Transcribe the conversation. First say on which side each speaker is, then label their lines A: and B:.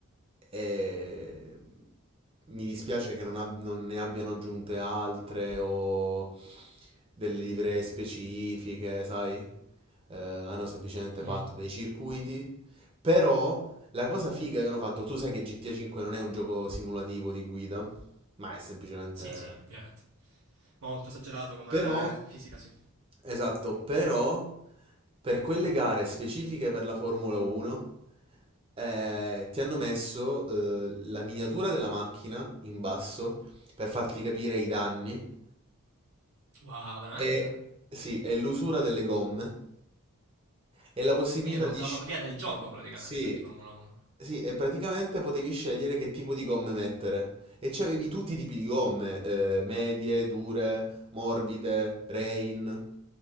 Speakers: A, on the right (about 25°); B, on the right (about 75°).
A: e mi dispiace che non, ab- non ne abbiano aggiunte altre o delle livree specifiche, sai? eh, hanno semplicemente
B: Mm.
A: fatto dei circuiti, però la cosa figa che hanno fatto, tu sai che GTA 5 non è un gioco simulativo di guida, ma è semplicemente...
B: Sì, sì, ovviamente. Molto esagerato come
A: Però,
B: fisica, sì.
A: esatto, però per quelle gare specifiche per la Formula 1 eh, ti hanno messo eh, la miniatura della macchina in basso per farti capire i danni
B: Wow, veramente?
A: e, sì, e l'usura delle gomme e la possibilità
B: Quindi hanno
A: di...
B: fatto
A: sc-
B: la parodia del gioco praticamente
A: Sì,
B: di Formula 1.
A: sì, e praticamente potevi scegliere che tipo di gomme mettere. E c'avevi tutti i tipi di gomme, eh, medie, dure, morbide, rain.